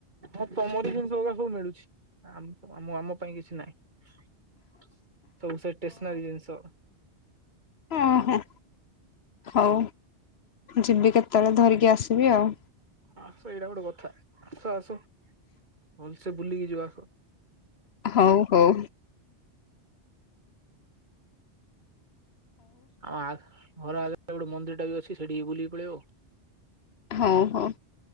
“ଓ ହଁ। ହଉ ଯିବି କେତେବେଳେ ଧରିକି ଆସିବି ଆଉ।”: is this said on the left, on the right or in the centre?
Left